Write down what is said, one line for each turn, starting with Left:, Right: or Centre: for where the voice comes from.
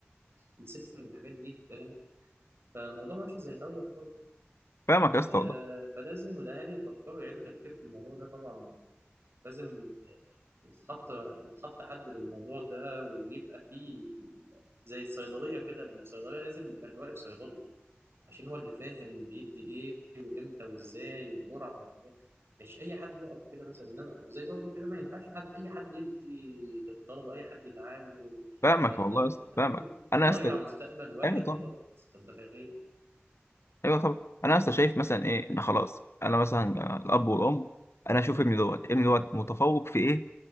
Right: السلك والحاجات دي فاهم فالموضوع ماشي زي الاول برضه
Left: فاهمك يا اسطى
Right: آه،
Left: والله.
Right: فلازم الاهالي يفكروا يعيدوا تفكير في الموضوع ده طبعا لازم يتحط يتحط حد للموضوع ده ويبقى فيه زي الصيدلية كده الصيدلية لازم يبقى اللي واقف صيدلي عشان هو اللي فاهم بيدي ايه وامتى وازاي والجرعة وبتاع. مش اي حد يقف كده مثلا إنما- وزي برضه كده ما ينفعش حد اي حد يدي للطلبة اي حد يتعامل
Left: فاهمك
Right: ده انت
Left: والله
Right: انت
Left: يا اسطى
Right: ممكن
Left: فاهمك
Right: تضيع
Left: انا يا اسطى
Right: مستقبل واحد
Left: ايوه
Right: بالغلط
Left: طبعا
Right: انت متخيل
Left: ايوه طبعا انا يا اسطى شايف مثلا ايه ان خلاص انا مثلا الاب والام انا اشوف ابني دوت ابني دوت متفوق في ايه